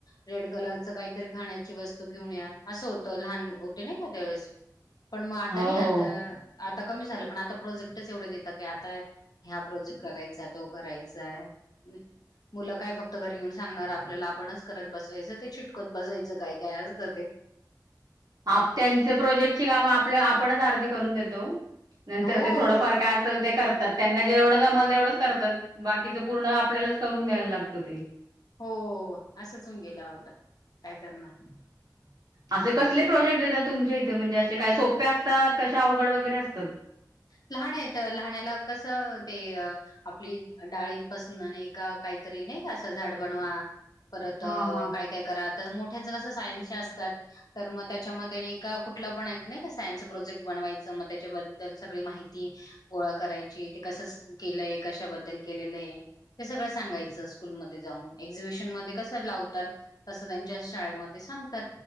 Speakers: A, on the left; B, on the right.
A: रेड कलर च काहीतरी खाण्याची वस्तू घेऊन या, असं होतं लहान नाही का त्यावेळेस, पण मग आता
B: हो
A: नाही आता
B: हो
A: आता कमी झालं, पण आता प्रोजेक्टच एवढे देतात, की आता ह्या प्रोजेक्ट करायचाय, आहे तो करायचाय. हम् <unintelligible> मुलं काय फक्त घरी येऊन सांगणार आपल्याला, आपणच करत बसवायचं ते चिटकवत बसाायचं, काय-काय असतं ते.
B: आप त्यांची प्रोजेक्टची काम आपलं आपणच आर्धी करून देतो. नंतर
A: हो
B: ते थोडंफार काय असेल ते करत. त्यात, त्यांना जेवढं जमल तेवढंच करतात, बाकीच पूर्ण आपल्यालाच करून द्यायला लागतं ते.
A: हो असंच होऊन गेला होता काय करणार. हम्म
B: असे कसले प्रोजेक्ट देतात तुम च्या इथ, म्हणजे काय सोप्या असतात. कश्या अवघड वगैरे असतात.
A: लहानेत लहाण्याला कसं ते आपली. डाळींपासून नई का, काहीतरी नाही का, असं झाड बनवा. परत
B: हा हा
A: काय-काय करा. मोठ्याच कस सायन्सी असतात. तर मग त्याच्यामध्ये कुठलं पण एक सायन्सी प्रोजेक्ट ब बनवायच मग त्याच्याबद्दल माहिती गोळा करायची, ते कस केलंय कशाबद्दल केलेलंय ते सगळ सांगायच स्कूल मध्ये जाऊन, एक्झिबिशन मध्ये कसं लावतात. तसं त्यांच्या शाळेमध्ये सांगतात.